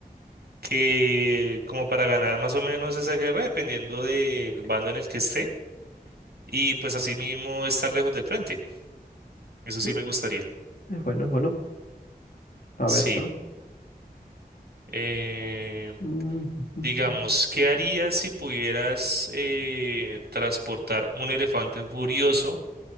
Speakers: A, on the right (about 80°); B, on the left (about 60°).
A: que como para ganar más o menos esa guerra, dependiendo del bando en el que esté, y pues así mismo estar lejos del frente. Eso
B: No,
A: sí me gustaría.
B: Es bueno, es bueno. A
A: Sí.
B: ver, otro.
A: Eh,
B: Mm, <laughs>
A: digamos, ¿qué harías si pudieras eh, transportar un elefante furioso